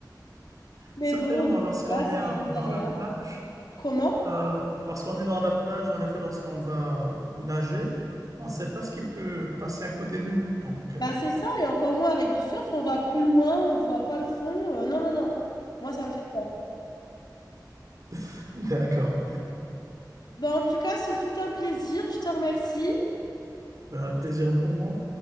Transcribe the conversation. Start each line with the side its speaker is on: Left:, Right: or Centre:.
Left: Mais
Right: Certainement,
Left: bon,
Right: lorsqu'on
Left: voilà,
Right: est
Left: c'est
Right: en-
Left: les
Right: dans
Left: aléas.
Right: la plage,
Left: Comment?
Right: euh, lorsqu'on est dans la plage, en effet, lorsqu'on va nager, on ne sait pas ce qui peut passer à côté de nous. Donc, euh,
Left: Bah, c'est ça, et encore moins avec du surf, on va plus loin, on voit pas le fond. euh, non, non, non. Moi, ça me fait peur.
Right: <laughs> d'accord.
Left: Bah, en tout cas, ce fut un plaisir, je te remercie.
Right: Ben, plaisir pour moi.